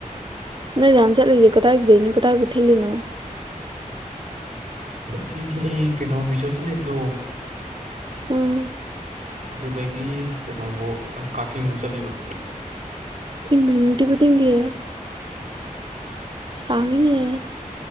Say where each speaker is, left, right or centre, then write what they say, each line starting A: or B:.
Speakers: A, on the right; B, on the right.
A: ꯅꯣꯏ ꯅꯖꯥꯟ ꯆꯠꯂꯤꯁꯦ ꯀꯗꯥꯏꯒꯤꯗꯗꯒꯤꯩꯅꯣ ꯀꯗꯥꯏꯕꯨ ꯊꯤꯜꯂꯤꯅꯣ
B: ꯁꯤꯒꯤ ꯀꯩꯅꯣ ꯕꯤꯁꯣꯖꯤꯠ ꯂꯩꯕꯗꯣ
A: ꯎꯝ
B: ꯑꯗꯨꯗꯒꯤ ꯀꯩꯅꯣꯐꯧ ꯀꯛꯆꯤꯡꯐꯧ ꯆꯠꯂꯤꯕ
A: ꯏꯟꯃ ꯅꯨꯡꯇꯤ ꯈꯨꯗꯤꯡꯒꯤ ꯁꯥꯈꯤꯅꯦ